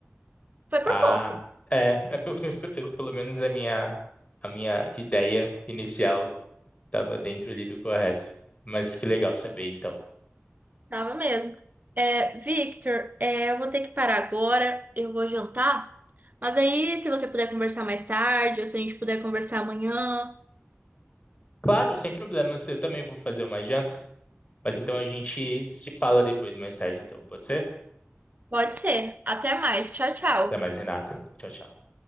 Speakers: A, on the right; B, on the left.
A: Foi
B: Ah,
A: por pouco,
B: é, é pelo, <laughs> pelo menos a minha, a minha ideia inicial estava dentro ali do correto. Mas que legal saber, então.
A: tava mesmo. É, Victor, é, eu vou ter que parar agora, eu vou jantar. Mas aí, se você puder conversar mais tarde, ou se a gente puder conversar amanhã,
B: Claro, sem problemas, eu também vou fazer uma janta. Mas então a gente se fala depois, mais tarde, então, pode ser?
A: pode ser. Até mais. Tchau, tchau.
B: Até mais, Renata. Tchau, tchau.